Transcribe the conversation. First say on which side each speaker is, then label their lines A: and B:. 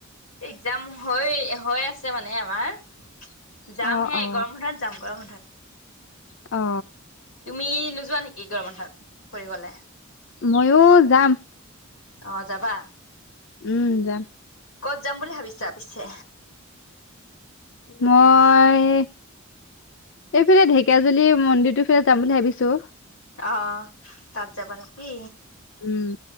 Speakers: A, on the left; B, on the left.
A: এক্জাম হৈ হৈ আছে মানে আমাৰ
B: <inaudible>
A: যাম হে
B: অ
A: গৰম বন্থত যাম গৰম বন্ধত
B: অ
A: তুমি নোযোৱা নেকি গৰ বন্ধত ফুৰিবলে
B: মইয়ো যাম।
A: অ' যাবা।
B: উম, যাম।
A: ক'ত যাম বুলি ভাবিছা আ পিছে।
B: মই এইফালে ঢেকাজুলি মন্দিৰটোৰ ফালে যাম বুলি ভাবিছো।
A: অহ তাত যাবা নেকি?
B: উম।